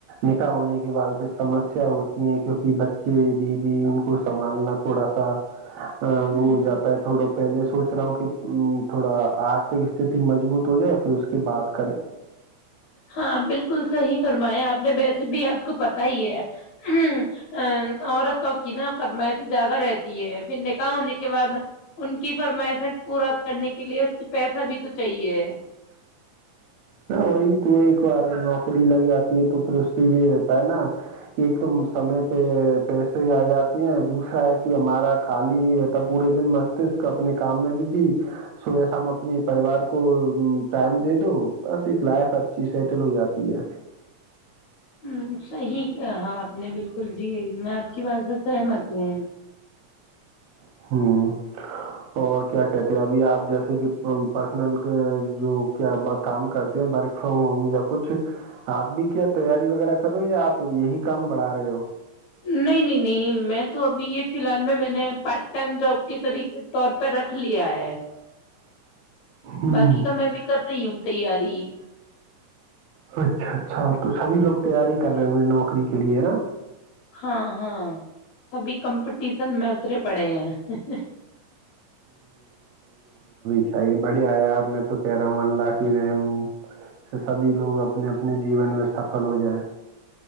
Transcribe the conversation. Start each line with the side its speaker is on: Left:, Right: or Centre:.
Right: نکاح ہونے کے بعد پھر سمسیا ہوتی ہیں کیونکہ بچے بیوی ان کو سنبھالنا تھوڑا سا
Left: ہوں
Right: آ، وہ ہو جاتا ہے تھوڑا پہلے سوچ رہا ہوں کہ تھوڑا آرتک استتی مضبوط ہو جائے پھر اس کے بعد کریں
Left: ہاں بالکل صحیح فرمایا آپ نے ویسے بھی آپ کو پت ہی ہے ہ ا عورتوں کی نہ فرمائے سے زیادہ رہتی ہے پھر نکاح ہونے کے بعد ان کی فرمائشیں پورا کرنے کے لیے اس پیسہ بھی تو چاہیے ہے
Right: نہ وہی تو ایک بار نوکری لگی ج تو پھر اس سے یہ رہتا ہے نا ایک م سمی پ پیسے آ جاتے ہیں دوسرا ہے کہ ہمارا خالی نہیں رہتا پورے دن مست اپنے کام میں بھی جی صبح شام اپنے پریوار کو ٹائم دے دو بس ایک لائف اچھی سیٹل ہو جاتی ہے
Left: ہ صحیح کہاں آپ نے بالکل جی میں آپ کی بات سے سہمت ہوں
Right: ہاں اور کیا کہتے ہیں ابھی آپ جیسے کہ پرسنل جو کیا کام کرتے ہیں ورک فرام ہوم یا کچھ آپ بھی کیا تیاری وغیرہ کرو یا آپ یہی کام بڑھا رہے ہو
Left: نہیں نہیں نہیں میں تو ابھی یہ فی الحال میں میں نے پارٹ ٹائم جاب کی طریق طور پ رکھ لیا ہے
Right: ہوں
Left: باقی کا میں بھی کر رہی ہوں تیاری
Right: اچھا اچھا تو سبھی لوگ تیار ہی کر رہے ہوے نوکری کے لیے نا
Left: ہاں ہاں سبھی کمپ ٹیشن میں اترے پڑھے ہیں
Right: اچھے بڑی آیاپ میں تو کہہ رہا ہوں اللہ کی رحم سے سبھی لوگ اپنے اپنے جیون میں سفل ہو جائیں